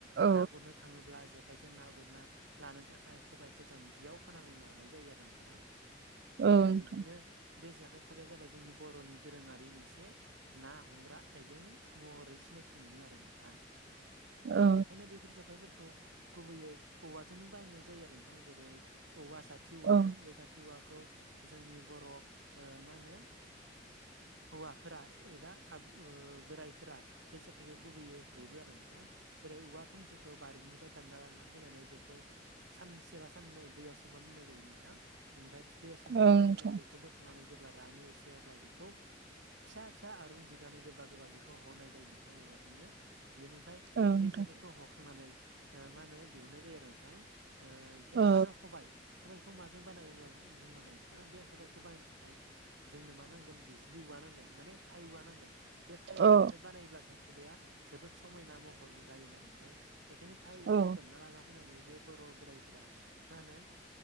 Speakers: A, on the right (about 60°); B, on the right (about 90°).
A: औ
B: ना गुरनो थाङोब्ला जेखाइजों ना गुरना लानो थाखाय खबायाइखौ जान्जियाव खानानै लानाय जायो आरो नोंथां
A: औ नोंथां
B: बिदिनो बे जेखाइ खबाइया जाबाय जोंनि बर'नि दोरोङारि मोनसे ना हमग्रा आइजें महरै सिनायथि मोनो आरो नोंथां
A: औ
B: बेखायनो बेफोर जेखाइफोरखौ गुबैयै औवाजोंनो बायनाय जायो आरो नोंथां जेरै औवा साथि औवाजों
A: औ
B: बे साथि औवाखौ जोंनि बर' मा होनो हौवाफोरा एबा बोराइफोरा बे जेाखाइखौ गुबैयै हेबो आरो नोंथां जेरै औवा थुमसिखौ बारिनिफ्राय दानना लाना फैनानै बेखौ सानसे बा साननै दै सोमना दोननाय जायो नोंथाङा बेनिफ्राय दै असमा
A: औ
B: दोननायनि
A: नोंथां
B: उनाव बेखौ बोख नानै जेब्ला रानो एसे अब्ला बेखौ फिसा फिसा आरं जि दानायखौ गोबा गोबा बेखौ हनाय जायो थांगौबाजोंनो बेनिफ्राय
A: औ नोंथां
B: बे जेखाइखौ हखांनानै ओ मा होनो दिहुननाय जायो आरो नोंथां ओमखाय बे
A: औ
B: आरो खबाय खबाइखौ माजों बानायायो होनब्ला बुंनांगोन नोंथां बे खबाइखौ बानायनो थाखाय जोंनो मा नांगोन बिजलि औवा नांगोन माने थाइ औवा नांगोन बे थाय औवानिफ्राय
A: औ
B: बानायब्लासो खबाया जोबोद समायना महर जायो नो आरो ना बेखायनो थाइ औवाखौ
A: औ
B: दानना लाना फैनानै बे बर' बोराइफोरा मा होनो